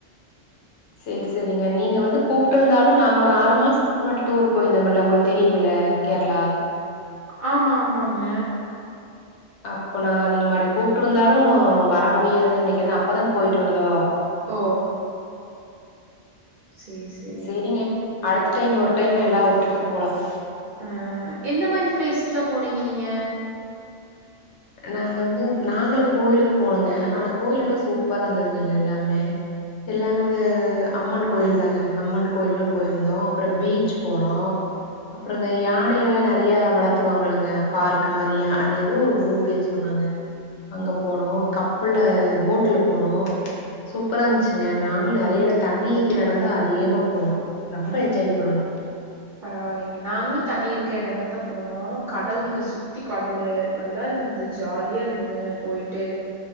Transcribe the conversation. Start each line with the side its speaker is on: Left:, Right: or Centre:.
Left: சேர் செரிங்க நீங்க வந்து கூப்பிட்டுருந்தாலும் நாங்க ஒரு ஆறு மாஸ் க்கு முன்னாடி டூர் போயிருந்தம்ல்ல உங்களுக்கு தெரியும்ல கேரளா
Right: ஆமா ஆமாங்க
Left: அப்போ நாங்க நீங்க மறுடி கூப்பிட்டருந்தாலும் வர முடியாது நெனைக்கிறே ஏன்னா அப்பதானே போய்ட்டு வந்தோ
Right: ஓ சேரி சேரி
Left: சேரிங்க அடுத்த டைம் ஒரு டைம் எல்லா ஒட்டுக்கா போலாம்
Right: ஆ எந்த மாரி ப்பேஸ்க்குலா போனீங்க நீங்க
Left: நாங்க வந்து நாங்களு கோயிலுக்கு போனோங்க ஆனா கோயிலலா சூப்பரா இருந்ததுங்க அங்க எல்லாமே எல்லாமே இந்த அம்மன் கோயில் தாங்க அம்மன் கோயில்லா போயிருந்தோம் அப்புறம் பீச் போனோ அப்புறந்த யானைகளா நெறைய வளத்துவாங்கலங்க பார்க்க் மாரிய அது எதோ ஒரு ஊ சொன்னாங்க அங்க போனோ கப்பல்ல போட்ல போனோ சூப்பரா இருந்துச்சு நாங்களு நெறைய இட தண்ணி நிக்கிற எடந்தா அதிகமா போனோ ரொம்ப என்ஜாய் பண்ணுனோ
Right: பரவாயில்லைங்க நாங்களும் தண்ணி இருக்க எடந்தா போனோம் கடலு சுத்தி கடலு நல்லா இருந்தது ஜாலியா இருந்ததுங்க போயிட்டு